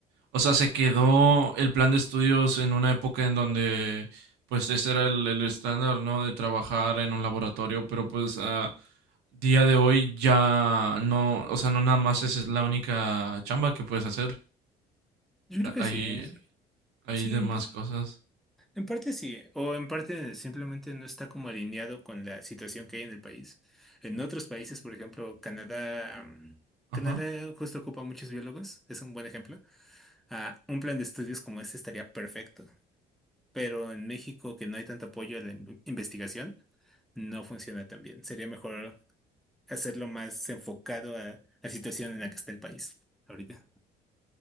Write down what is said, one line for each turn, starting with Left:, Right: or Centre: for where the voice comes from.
Right: o sea, se quedó el plan de estudios en una época en donde, pues, ese era el, el estándar, ¿no? De trabajar en un laboratorio, pero pues a día de hoy ya no, o sea, no nada más esa es la única chamba que puedes hacer.
Centre: Yo creo
Right: Ta-
Centre: que
Right: Hay
Centre: sí, ¿eh?
Right: Hay
Centre: Sí,
Right: demás
Centre: en, par-
Right: cosas.
Centre: en parte sí, o en parte simplemente no está como alineado con la situación que hay en el país. En otros países, por ejemplo, Canadá, mm, Canadá
Right: Ajá.
Centre: justo ocupa muchos biólogos, es un buen ejemplo. Ah, un plan de estudios como este estaría perfecto, pero en México, que no hay tanto apoyo a la in- investigación, no funciona tan bien. Sería mejor hacerlo más enfocado a la situación en la que está el país ahorita.